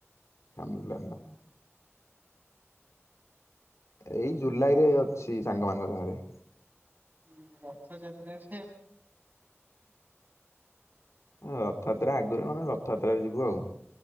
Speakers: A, on the left; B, on the right.
A: ଫ୍ୟାମିଲି ପ୍ଲାନ ଟା। ଏଇ ଜୁଲାଇ ରେ ଅଛି ସାଙ୍ଗମାନଙ୍କ ସାଙ୍ଗରେ।
B: ହୁଁ ରଥଯାତ୍ରା ସେ
A: ରଥଯାତ୍ରା ଆଗରୁ ନହେଲେ ରଥଯାତ୍ରାରେ ଯିବୁ ଆଉ।